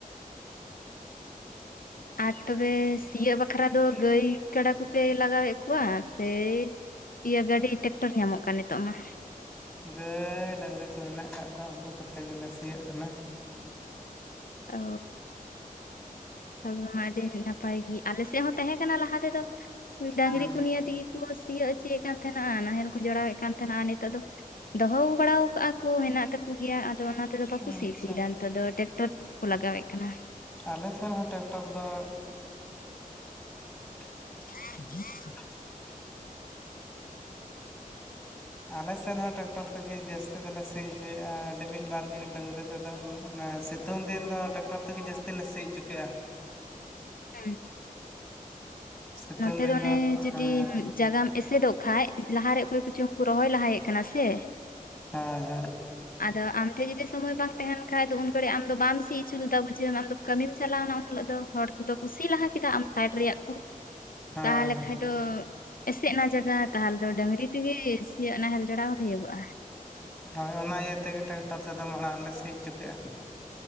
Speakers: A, in the centre; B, on the left.
A: <inaudible>
B: ᱟᱨ ᱛᱚᱵᱮ ᱥᱤᱭᱳᱜ ᱵᱟᱠᱷᱨᱟ ᱫᱚ ᱜᱟᱹᱭ ᱠᱟᱰᱟ ᱠᱚᱯᱮ ᱞᱟᱜᱟᱣᱮᱫ ᱠᱚᱣᱟ? ᱥᱮ ᱤᱭᱟᱹ ᱜᱟᱹᱰᱤ ᱴᱨᱟᱠᱴᱚᱨ ᱧᱟᱢᱚᱜ ᱠᱟᱱ ᱱᱤᱛᱚᱜ ᱢᱟ᱾
A: ᱜᱟᱹᱭ ᱰᱟᱝᱨᱤ ᱠᱚ ᱢᱮᱱᱟᱜ ᱠᱟᱜ ᱠᱚᱣᱟ ᱩᱱᱠᱩ ᱠᱚᱛᱮ ᱜᱮᱞᱮ ᱥᱤᱭᱟᱹᱜ ᱠᱟᱱᱟ᱾
B: ᱚ᱾ ᱛᱚᱵᱮ ᱢᱟ ᱟᱹᱰᱤ ᱱᱟᱯᱟᱭ ᱜᱮ᱾ ᱟᱞᱮ ᱥᱮᱫ ᱦᱚᱸ ᱛᱟᱦᱮᱸ ᱠᱟᱱᱟ ᱞᱟᱦᱟ ᱛᱮᱫᱚ ᱰᱟᱹᱝᱨᱤ
A: ᱦᱩᱸ
B: ᱠᱚ ᱱᱤᱭᱮ ᱛᱮᱜᱤ ᱠᱚ ᱥᱤᱭᱳ ᱦᱚᱪᱚᱭᱮᱫ ᱛᱟᱦᱮᱱᱟ᱾ ᱱᱟᱦᱮᱞ ᱠᱚ ᱡᱚᱲᱟᱣᱮᱫ ᱠᱟᱱ ᱛᱟᱦᱮᱱᱟ ᱟᱨ ᱱᱤᱛᱚᱜ ᱫᱚ ᱫᱚᱦᱚ ᱵᱟᱲᱟ ᱠᱟᱜᱼᱟ ᱠᱚ ᱦᱮᱸᱱᱟᱜ ᱛᱟᱠᱚ ᱜᱮᱭᱟ ᱟᱫᱚ ᱚᱱᱟ ᱛᱮᱫᱚ ᱵᱟᱠᱚ ᱥᱤ
A: ᱟᱪᱪᱷᱟ
B: ᱦᱚᱪᱚ ᱮᱫᱟ ᱱᱮᱛᱟᱨ ᱫᱚ ᱴᱮᱠᱴᱚᱨ ᱠᱚ ᱞᱟᱜᱟᱣᱮᱫ ᱠᱟᱱᱟ᱾
A: ᱟᱞᱮ ᱥᱮᱫ ᱦᱚᱸ ᱴᱮᱠᱴᱚᱨ ᱫᱚ <unintelligible>
B: ᱦᱮ ᱦ <unintelligible>
A: ᱟᱪᱪᱷᱟ <inaudible> ᱟᱞᱮ ᱥᱮᱫ ᱦᱚᱸ ᱴᱨᱟᱠᱴᱚᱨ ᱛᱮᱜᱮ ᱡᱟᱹᱥᱛᱤ ᱫᱚᱞᱮ ᱥᱤ ᱦᱚᱪᱚᱭᱮᱼᱟ᱾ ᱟᱹᱰᱤ ᱢᱤᱫ ᱵᱟᱨ ᱜᱮ ᱰᱟᱹᱝᱨᱤ ᱛᱮᱫᱚ, ᱚᱱᱮ ᱥᱤᱛᱩᱝ ᱫᱤᱱ ᱫᱚ ᱴᱨᱟᱠᱴᱚᱨ ᱛᱮᱜᱮ ᱡᱟᱹᱥᱛᱤ ᱞᱮ ᱥᱤ ᱚᱪᱚ ᱠᱮᱜᱼᱟ᱾
B: ᱦᱩᱸ᱾
A: ᱥᱤᱛᱩᱝ
B: ᱱᱚᱛᱮ
A: ᱫᱤᱱ
B: ᱫᱚ ᱚᱱᱮ ᱡᱩᱫᱤ
A: ᱦᱮᱸ
B: ᱡᱟᱭᱜᱟᱭ ᱮᱥᱮᱫᱚᱜ ᱠᱷᱟᱠ ᱞᱟᱦᱟᱨᱮ ᱚᱠᱚᱭ ᱠᱚᱪᱚᱝ ᱩᱱᱠᱩ ᱨᱚᱦᱚᱭ ᱞᱟᱦᱟᱭᱮᱜ ᱠᱟᱱᱟ ᱥᱮ,
A: ᱦᱮᱸ ᱦᱮᱸ᱾
B: ᱟᱫᱚ ᱟᱢ ᱴᱷᱮᱡ ᱡᱩᱫᱤ ᱥᱚᱢᱚᱭ ᱵᱟᱝ ᱛᱟᱦᱮᱸᱱ ᱠᱷᱟᱱ ᱫᱚ ᱩᱱᱠᱩᱷᱤᱡ ᱟᱢᱫᱚ ᱵᱟᱢ ᱥᱤ ᱚᱪᱚ ᱞᱮᱫᱟ ᱵᱩᱡᱷᱟᱹᱣ ᱟᱢ ᱫᱚ ᱠᱟᱹᱢᱤᱢ ᱪᱟᱞᱟᱣ ᱱᱟ, ᱩᱱ ᱦᱤᱞᱳ ᱫᱚ ᱦᱚᱲ ᱠᱚ ᱠᱩ ᱥᱤ ᱞᱟᱦᱟ ᱠᱮᱫᱟ ᱟᱢ ᱥᱟᱭᱤᱰ ᱨᱮᱭᱟᱜ ᱠᱩ
A: ᱦᱮᱸ
B: ᱛᱟᱦᱚᱞᱮ ᱠᱷᱟᱡ ᱫᱚ ᱮᱥᱮᱜ ᱱᱟ ᱡᱟᱜᱟ ᱛᱟᱦᱚᱞᱮ ᱫᱚ ᱰᱟᱝᱨᱤ ᱛᱮᱜᱮ ᱥᱤᱭᱚᱜ ᱱᱟᱦᱮᱞ ᱡᱚᱲᱟᱣ ᱦᱩᱭᱩᱜᱚᱜᱼᱟ᱾
A: ᱦᱳᱭ ᱚᱱᱟ ᱤᱭᱟᱹ ᱛᱮᱜᱮ ᱴᱨᱟᱠᱴᱚᱨ ᱛᱮᱫᱚ ᱢᱟᱲᱟᱝ ᱨᱮᱞᱮ ᱥᱤ ᱦᱚᱪᱚ ᱠᱮᱜᱼᱟ᱾